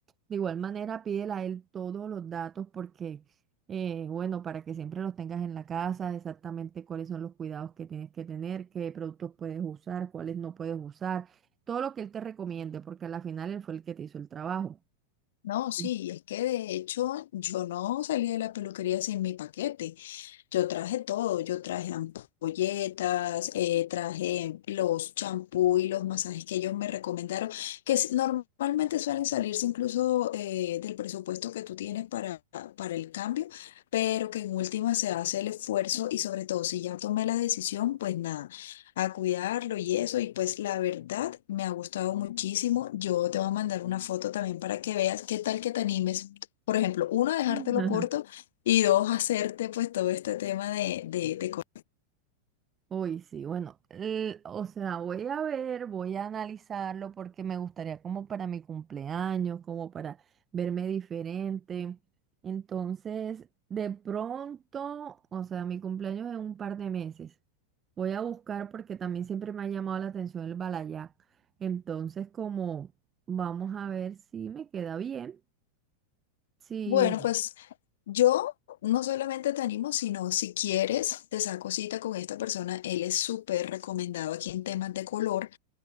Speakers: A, on the right; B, on the left.
A: De igual manera, pídele a él todos los datos porque, eh, bueno, para que siempre los tengas en la casa, exactamente cuáles son los cuidados que tienes que tener, qué productos puedes usar, cuáles no puedes usar, todo lo que él te recomiende, porque a la final él fue el que te hizo el trabajo.
B: No, sí,
A: Sí.
B: es que de hecho yo no salí de la peluquería sin mi paquete. Yo traje todo, yo traje ampolletas, eh, traje los champú y los masajes que ellos me recomendaron, que s- normalmente suelen salirse incluso eh, del presupuesto que tú tienes para, para el cambio, pero que en última se hace el esfuerzo y sobre todo si ya tomé la decisión, pues nada, a cuidarlo y eso, y pues la verdad me ha gustado muchísimo. Yo te voy a mandar una foto también para que veas qué tal que te animes. Por ejemplo, uno, a dejártelo
A: <laughs>
B: corto y dos, hacerte pues todo este tema de, de, de co-
A: Uy, sí, bueno, l- o sea, voy a ver, voy a analizarlo porque me gustaría como para mi cumpleaños, como para verme diferente. Entonces, de pronto, o sea, mi cumpleaños es en un par de meses. Voy a buscar porque también siempre me ha llamado la atención el balayac. Entonces, como vamos a ver si me queda bien. Sí,
B: Bueno, pues yo no solamente te animo, sino si quieres, te saco cita con esta persona. Él es súper recomendado aquí en temas de color.